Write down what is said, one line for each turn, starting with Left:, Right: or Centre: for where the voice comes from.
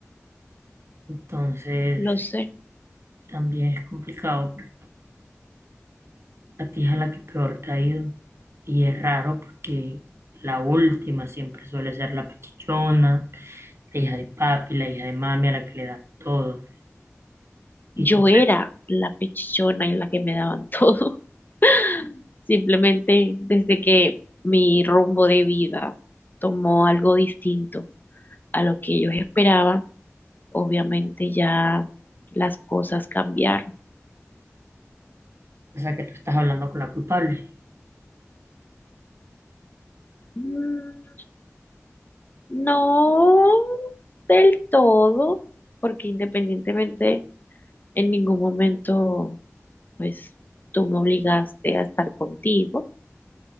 Right: Entonces,
Left: lo sé.
Right: también es complicado porque la tía es a la que peor te ha ido. Y es raro porque la última siempre suele ser la pichichona, la hija de papi, la hija de mami a la que le dan todo. Y
Left: Yo
Right: tú
Left: era la pechichona en la que me daban todo, <laughs> simplemente desde que mi rumbo de vida tomó algo distinto a lo que ellos esperaban, obviamente ya las cosas cambiaron.
Right: piensas que tú estás hablando con la culpable.
Left: Mm, No del todo, porque independientemente en ningún momento, pues tú me obligaste a estar contigo,